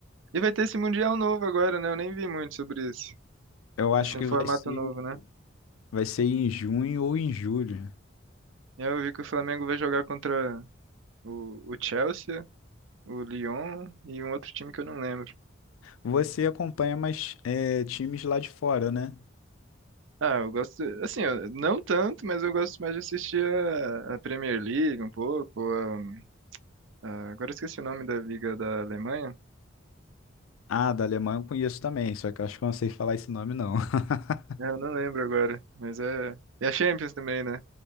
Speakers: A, on the right; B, on the left.
A: E vai ter esse Mundial novo agora, né? Eu nem vi muito sobre isso.
B: Eu acho
A: Esse
B: que
A: formato
B: vai ser,
A: novo, né?
B: vai ser em junho ou em julho.
A: Eu vi que o Flamengo vai jogar contra o, o Chelsea, o Lyon e um outro time que eu não lembro.
B: Você acompanha mais eh, times lá de fora, né?
A: Ah, eu gosto, assim, eu- não tanto, mas eu gosto mais de assistir a, a Premier League um pouco. a- a- agora eu esqueci o nome da Liga da Alemanha.
B: Ah, da Alemanha eu conheço também, só que eu acho que eu não sei falar esse nome, não. <laughs>
A: É, Eu não lembro agora, mas é. E a Champions também, né?